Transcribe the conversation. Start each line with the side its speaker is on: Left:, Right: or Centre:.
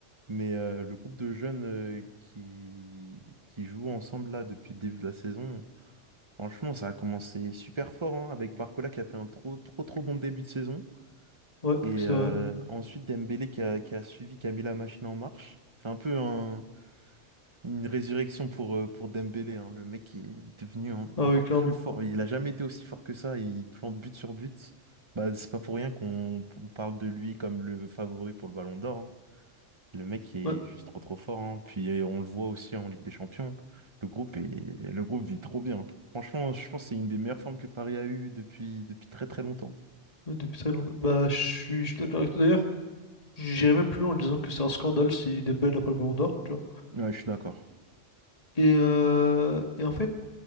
Right: mais euh, le groupe de jeunes euh, qui, qui jouent ensemble là depuis le début de la saison, Franchement, ça a commencé super fort hein, avec Barcola qui a fait un trop trop trop bon début de saison.
Left: Ouais,
Right: Et
Left: c'est
Right: euh,
Left: vrai.
Right: ensuite Dembélé qui a, qui a suivi, qui a mis la machine en marche. C'est un peu un- une résurrection pour, euh, pour Dembélé. hein. Le mec est devenu en-
Left: Ah
Right: encore
Left: oui, clairement.
Right: plus fort. Il n'a jamais été aussi fort que ça. Il plante but sur but. Bah, c'est pas pour rien qu'on qu'on parle de lui comme le favori pour le Ballon d'Or. hein. Le mec est
Left: Ouais,
Right: juste trop trop fort, hein. Puis euh, on le voit aussi en Ligue des Champions. Le groupe est, le groupe vit trop bien. Franchement, je pense que c'est une des meilleures formes que Paris a eues depuis, depuis très très longtemps.
Left: ouais, depuis très longtemps. Bah, je suis je suis d'accord avec toi d'ailleurs. J'irais même plus loin en disant que c'est un scandale si Dembélé n'a pas le ballon d'or, tu vois.
Right: Ouais, je suis d'accord.
Left: Et, euh, et en fait,